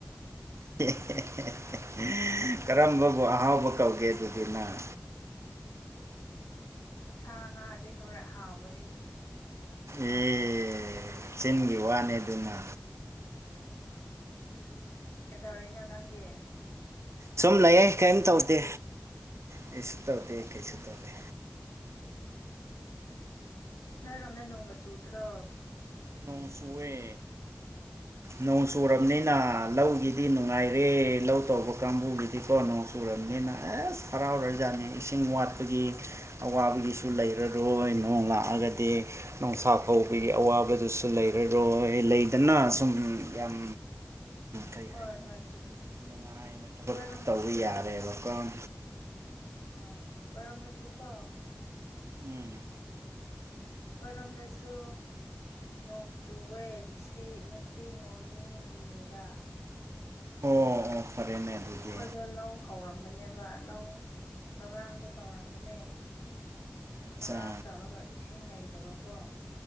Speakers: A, on the right; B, on the left.
A: ꯫ <inaudible> ꯫ <inaudible> ꯀꯔꯝꯕꯕꯨ ꯑꯍꯥꯎꯕ ꯀꯧꯒꯦ ꯑꯗꯨꯗꯤ ꯅꯪ
B: ꯁꯥ ꯉꯥꯗꯩ ꯍꯣꯔ ꯍꯥꯎꯕꯅꯤ
A: ꯑꯦ ꯆꯤꯟꯒꯤ ꯋꯥꯅꯦ ꯑꯗꯨꯅ
B: ꯎꯝ ꯀꯩꯗꯧꯔꯤꯅꯣ ꯅꯪꯗꯤ
A: ꯁꯨꯝ ꯂꯩꯌꯦ ꯀꯔꯤꯝ ꯇꯧꯗꯦ ꯀꯩꯁꯨ ꯇꯧꯗꯦ ꯀꯩꯁꯨ
B: ꯎꯝ
A: ꯇꯧꯗꯦ
B: ꯅꯣꯏꯔꯣꯝꯗ ꯅꯣꯡꯒ ꯆꯨꯗ꯭ꯔꯣ
A: ꯅꯣꯡ ꯆꯨꯌꯦ
B: <inaudible>
A: ꯅꯣꯡ ꯆꯨꯔꯕꯅꯤꯅ ꯂꯧꯒꯤꯗꯤ ꯅꯨꯡꯉꯥꯏꯔꯦ ꯂꯧ ꯇꯧꯕ ꯀꯥꯡꯕꯨꯒꯤꯗꯤꯀꯣ ꯅꯣꯡ ꯆꯨꯔꯝꯅꯤꯅ ꯑꯁ ꯍꯔꯥꯎꯔꯖꯥꯠꯅꯤ ꯏꯁꯤꯡ ꯋꯥꯠꯄꯒꯤ꯫ ꯑꯋꯥꯕꯒꯤꯁꯨ ꯂꯩꯔꯔꯣꯏ ꯅꯣꯡ ꯂꯥꯛꯑꯒꯗꯤ ꯅꯨꯡꯁꯥ ꯐꯧꯕꯒꯤ ꯑꯋꯥꯕ꯫ ꯑꯗꯨꯁꯨ ꯂꯩꯔꯔꯣꯏ ꯂꯩꯗꯅ ꯁꯨꯝ ꯌꯥꯝ꯫ ꯀꯩ
B: ꯍꯣꯏ
A: ꯍꯥꯏꯒꯅꯤ
B: ꯍꯣꯏ ꯆꯨꯝꯃꯦ
A: ꯅꯨꯡꯉꯥꯏꯅ ꯊꯕꯛ
B: ꯑꯩꯈꯣꯏꯔꯣꯝꯗꯁꯨ
A: ꯇꯧꯕ ꯌꯥꯔꯦꯕ ꯀꫭ꯫
B: ꯎꯝ ꯀꯣꯏꯔꯝꯃꯁꯨ ꯀꯣ꯫
A: ꯎꯝ꯫
B: ꯔꯣꯝꯗꯁꯨ꯫ ꯅꯣꯡ ꯆꯨꯋꯦ ꯅꯁꯤ ꯉꯁꯤ ꯅꯣꯡ ꯅꯤꯅꯤ ꯍꯨꯝꯅꯤꯗ꯫
A: ꯑꯣ
B: ꯑꯗꯨꯒ
A: ꯑꯣ ꯐꯔꯦꯅꯦ ꯑꯗꯨꯗꯤ
B: ꯑꯈꯣꯏꯗ ꯂꯧ꯫ ꯍꯧꯔꯝꯃꯅꯦꯕ ꯂꯧ ꯂꯧꯔꯥꯡꯗꯣ ꯇꯧꯔꯝꯕꯅꯦ꯫
A: ꯑꯠꯆꯥ
B: ꯂꯧꯔꯥꯡ ꯇꯧꯔꯒ ꯏꯁꯤꯡ ꯂꯩꯇꯕꯀꯣ꯫